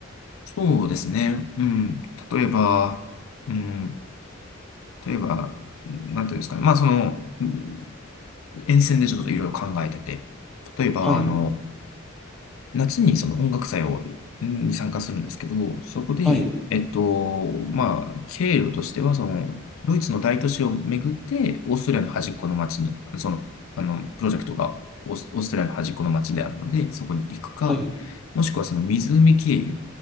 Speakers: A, on the left (about 85°); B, in the centre.
A: そうですね。うん。例えば、うん。例えば、なんていうんですかね。まあ、その、うん沿線でちょっといろいろ考えてて、例えば、
B: はい、
A: あの、夏にその音楽祭をんに参加するんですけど、そこで、
B: はい、
A: えっと、まあ、経路としては、その、ドイツの大都市を巡って、オーストリアの端っこの町に、その、あの、プロジェクトがオース、オーストリアの端っこの町であるので、そこに行くか、
B: はい、
A: もしくはその湖経由